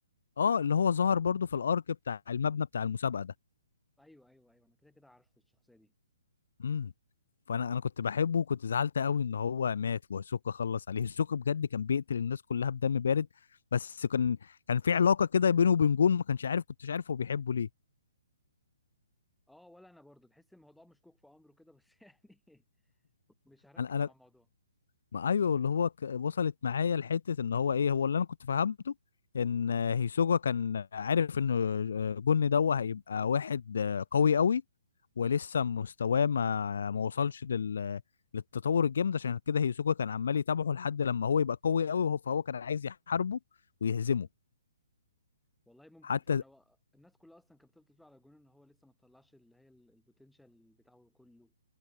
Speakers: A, on the left; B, in the centre.
A: اه اللي هو ظهر برضو في الارك بتاع المبنى بتاع المسابقة ده
B: ايوه ايوه ايوه انا كده كده عارف الشخصيه دي
A: امم فانا انا كنت بحبه وكنت زعلت قوي ان هو مات وهيسوكا خلص عليه هيسوكا بجد كان بيقتل الناس كلها بدم بارد بس كان كان في علاقه كده بينه وبين جون ما كانش عارف كنتش عارف هو بيحبه ليه
B: اه ولا انا برضو تحس الموضوع مشكوك في امره كده بس <laughs> يعني مش هركز
A: انا
B: مع الموضوع
A: ما ايوه اللي هو ك... وصلت معايا لحته ان هو ايه هو اللي انا كنت فهمته ان هيسوجا كان عارف ان جن دوا هيبقى واحد قوي قوي ولسه مستواه ما ما وصلش لل... للتطور الجامد عشان كده هيسوجا كان عمال يتابعه لحد لما هو يبقى قوي قوي وهو فهو كان عايز يحاربه ويهزمه
B: امم والله ممكن
A: حتى
B: فعلا هو الناس كلها اصلا كانت بتفضل تقول على جون ان هو لسه ما طلعش اللي هي ال- البوتنشال بتاعه كله